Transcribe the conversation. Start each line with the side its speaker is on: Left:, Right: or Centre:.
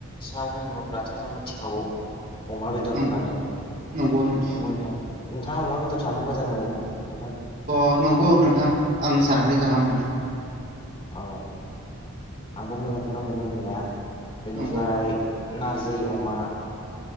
Left: सायाव बुङोब्लाथ' जों मिथिखागौ अमा बेदर
Right: नंगौ
Left: होननानै
Right: नंगौ नोंथां
Left: न
Right: नंगौ
Left: नोंथाङा अमा बेदर जा मोजां मोनो ना नोंथां
Right: अ नंगौ नोंथां आं सानानै गाहाम मोनो
Left: अ आंबो मोजांखौनो मोनो मोननाया बेनिफ्राय
Right: नंगौ
Left: नारजि अमा